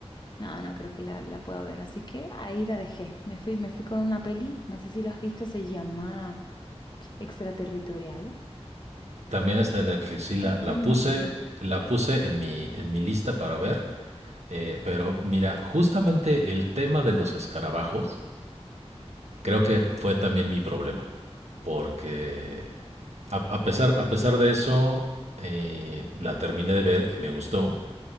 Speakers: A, on the left; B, on the right.
A: no, no creo que la, la pueda ver, así que ahí la dejé. Me fui, me fui con una peli, no sé si lo has visto, se llama Extraterritorial.
B: También está en Netflix, sí, la,
A: Está
B: la
A: en
B: puse,
A: Netflix.
B: la puse en mi, en mi lista para ver, eh, pero mira, justamente el tema de los escarabajos creo que fue también mi problema, porque a, a pesar, a pesar de eso, eh, la terminé de ver y me gustó,